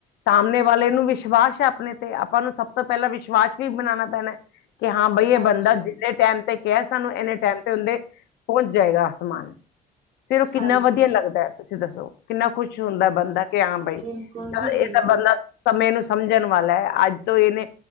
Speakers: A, on the left (about 80°); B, on the right (about 40°).
A: ਸਾਹਮਣੇ ਵਾਲੇ ਨੂੰ ਵਿਸ਼ਵਾਸ ਹੈ, ਆਪਣੇ ਤੇ। ਆਪਾਂ ਨੂੰ ਸਭ ਤੋਂ ਪਹਿਲਾਂ ਵਿਸ਼ਵਾਸ ਵੀ ਬਣਾਉਣਾ ਪੈਣਾ ਹੈ ਕਿ ਹਾਂ ਬਈ ਇਹ
B: ਹਾਂਜੀ
A: ਬੰਦਾ ਜਿੰਨੇ ਟਾਈਮ ਤੇ ਕਿਹਾ ਹੈ, ਸਾਨੂੰ ਇੰਨੇ ਟਾਈਮ ਤੇ ਹੁੰਦੇ ਪਹੁੰਚ ਜਾਏਗਾ, ਸਮਾਨ। ਫੇਰ ਉਹ ਕਿੰਨਾ
B: ਹਾਂਜੀ
A: ਵਧੀਆ ਲੱਗਦਾ ਹੈ, ਤੁਸੀਂ ਦੱਸੋ। ਕਿੰਨਾ ਖੁਸ਼ ਹੁੰਦਾ ਹੈ ਬੰਦਾ ਕਿ ਹਾਂ ਬਈ
B: ਬਿਲਕੁਲ
A: ਚ
B: ਜੀ
A: ਇਹ
B: ਬਿਲਕੁਲ
A: ਤਾਂ ਬੰਦਾ ਸਮੇਂ ਨੂੰ ਸਮਝਣ ਵਾਲਾ ਹੈ। ਅੱਜ ਤੋਂ ਇਹਨੇ